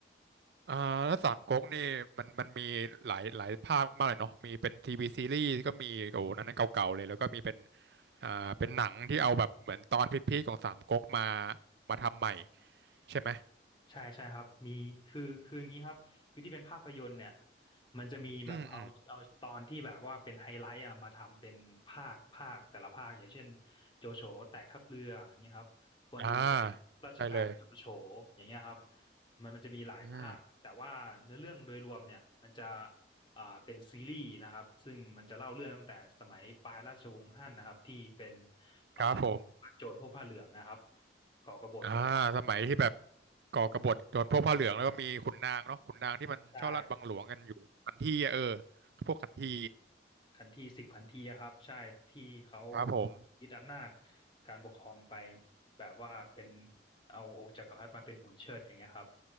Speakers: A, on the right; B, on the left.
A: อ่าแล้วสามก๊กนี่มันมันมีหลายหลายภาคมากเลยเนาะมีเป็นทีวีซีรีส์ก็มีโอ้โหนั่นนั้นเก่าๆเลยแล้วก็มีเป็นอ่าเป็นหนังที่เอาแบบเหมือนตอนพีคๆของสามก๊กมามาทำใหม่ใช่ไหม
B: ใช่ใช่ครับมีคือคืออย่างนี้ครับคือที่เป็นภาพยนตร์เนี่ยมันจะมีแบบเอาเอาตอนที่แบบว่าเป็นไฮไลท์อะมาทำเป็นภาคภาคแต่ละภาคอย่างเช่น
A: อืมอืม
B: โจโฉแตกทัพเรืออย่างเงี้ยครับกวนอูไป
A: อ่า
B: ราชการโจโฉ
A: ใช่เลย
B: อย่างเงี้ยครับมันมันจะมีหลายภาคแต่ว่าเนื้อเรื่องโดยรวมเนี่ยมันจะ
A: อืม
B: อ่าเป็นซีรีส์นะครับซึ่งมันจะเล่าเรื่องตั้งแต่สมัยปลายราชวงศ์ฮั่นนะครับที่เป็นอ่า
A: ครับผม
B: โจรพวกผ้าเหลืองนะครับก่อกบฏแล้วก็
A: อ่าสมัยที่แบบก่อกบฏโดนพวกผ้าเหลืองแล้วก็มีขุนนางเนาะขุนนางที่มันชอบลัดบังหลวงกันอยู่ขันทีอะเออ
B: ใช่
A: พวกขันที
B: ขันทีสิบขันทีอะครับใช่ที่เขา
A: ครับผม
B: ยึดอำนาจการปกครองไปแบบว่าเป็นเอาองค์จักรพรรดิมาเป็นหุ่นเชิดอย่างเงี้ยครับ